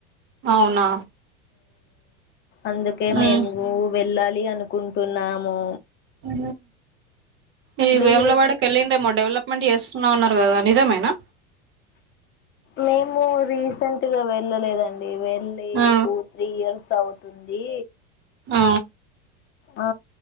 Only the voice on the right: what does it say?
అవునా
ఉమ్
ఊ ఈ
వేమ్లవాడ కెల్లిండ్ర డెవలప్మెంట్ జేస్తున్నా అన్నారు గదా నిజమేనా
ఆ
ఆ